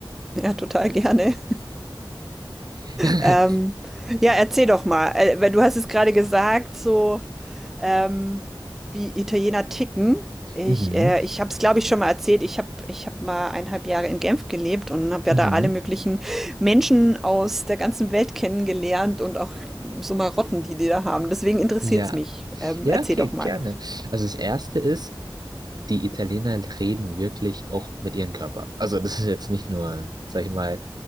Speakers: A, in the centre; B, on the right (about 50°).
A: Ja, total gerne. <laughs>
B: <laughs>
A: Ähm, ja, erzähl doch mal. Äh, weil du hast es gerade gesagt, so ähm, wie Italiener ticken. Ich,
B: Mhm,
A: äh, ich habe es, glaube ich, schon mal erzählt. Ich habe ich hab mal eineinhalb Jahre in Genf gelebt und habe
B: mhm,
A: ja da alle möglichen Menschen aus der ganzen Welt kennengelernt und auch so Marotten, die die da haben. Deswegen interessiert
B: ja.
A: es mich. Ähm,
B: Ja,
A: erzähl
B: okay,
A: doch
B: gerne.
A: mal.
B: Also das erste ist, die Italiener reden wirklich auch mit ihrem Körper. Also das ist jetzt nicht nur, sag ich mal,